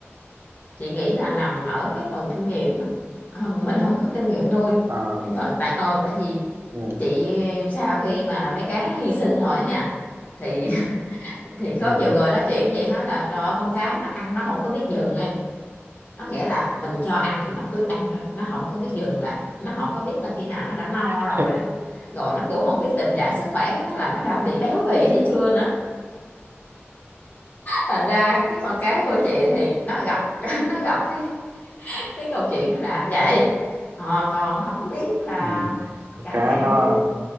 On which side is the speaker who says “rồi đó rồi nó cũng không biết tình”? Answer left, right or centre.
Left